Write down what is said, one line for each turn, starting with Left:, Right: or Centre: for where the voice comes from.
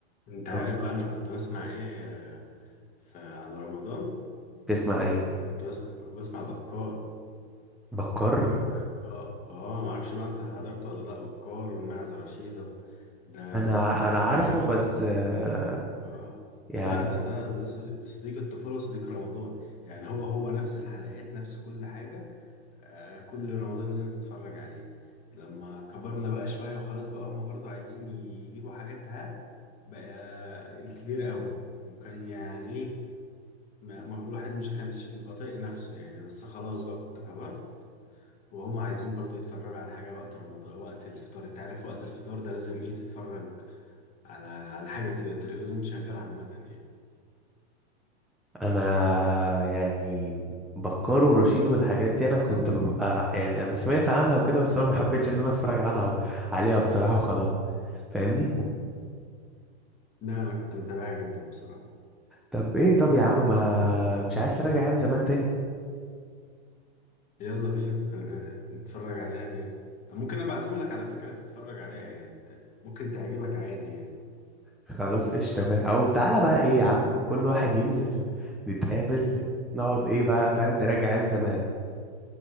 Left: انت عارف
Centre: نقوم-
Left: بقى انا كنت بسمع ايه آه، في على رمضان
Centre: تسمع ايه
Left: انا كنت بسمع بسمع بكار
Centre: بكر
Left: بكار اه ما اعرفش بقى انت حضرته ولا لا بكار والمعزة رشيدة ده
Centre: انا ع-
Left: وفي
Centre: انا عارفه
Left: الاخر <laughs>
Centre: بس آه،
Left: اه
Centre: يعني
Left: لا ده ده ده صديق صديق الطفولة وصديق رمضان يعني هو هو نفس الحلقات نفس كل حاجة آه، كل رمضان لازم تتفرج عليه لما كبرنا بقى شوية وخلاص بقى هما برضو عايزين يجيبوا حاجات ها بقى الكبير قوي وكان يعني إيه، ما ما- الواحد مش كانش بيبقى طايق نفسه يعني بس خلاص بقى كنت كبرت وهم عايزين برضو يتفرجوا على حاجة وقت رمضان وقت الفطار انت عارف وقت الفطار ده لازم ايه تتفرج على على حاجة تبقى التلفزيون شغال عامة يعني
Centre: انا يعني بكر ورشيد والحاجات دي انا كنت ببقى يعني انا سمعت عنها وكده بس انا ما حبيتش ان انا اتفرج عنها عليها بصراحة وخلاص فاهمني
Left: لا انا كنت متابعها جدا بصراحة
Centre: طب ايه طب يا عم ما مش عايز تراجع ايام زمان تاني
Left: يلا بينا أنا نتفرج عليها تاني ممكن ابعتهم لك على فكرة تتفرج عليها يعني انت ممكن تعجبك عادي يعني
Centre: خلاص قشطة ماشي او تعالى بقى ايه يا عم كل واحد ينزل نتقابل نقعد ايه بقى فاهم نراجع ايام زمان